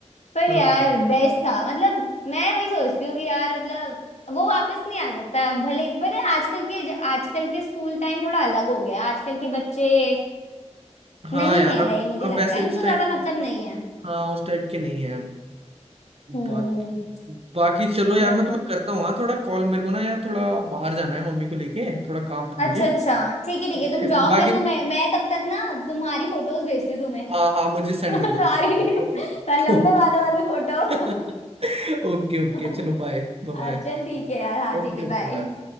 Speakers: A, on the left (about 70°); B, on the right (about 55°).
A: पर
B: हाँ
A: यार बेस्ट था मतलब मैं वही सोचती हूँ कि यार मतलब वो वापस नहीं आ सकता भले पर आजकल के आजकल के स्कूल टाइम थोड़ा अलग हो गया है। आजकल के बच्चे
B: हाँ
A: नहीं
B: यार
A: है
B: अब
A: रही मुझे
B: अब
A: लगता
B: वैसे
A: है
B: उस
A: उनको
B: टाइप
A: ज्यादा मतलब
B: के,
A: नहीं है
B: हाँ उस टाइप के नहीं है अब
A: हम्म
B: बाकी बाकी चलो यार
A: बोल
B: मैं तुम्हें
A: दो
B: करता हूँ हाँ थोड़ा कॉल मेरे को ना यार थोड़ा बाहर जाना है मम्मी को लेके थोड़ा काम था
A: अच्छा
B: मुझे
A: अच्छा ठीक है ठीक
B: ओके
A: है तुम जाओ
B: बाकी
A: मैं तुम्हें मैं तब तक ना तुम्हारी फोटोज भेजती हूँ तुम्हें
B: हाँ हाँ मुझे सेंड
A: <laughs> तुम्हारी
B: कर दो तुम ओके
A: तुम्हारे लंबे
B: <laughs> ओके
A: बालों वाली फोटो
B: <laughs> ओके ओके
A: <laughs>
B: चलो bye bye
A: हाँ
B: bye.
A: चल ठीक है यार हाँ
B: Okay
A: ठीक है
B: okay
A: बाय
B: bye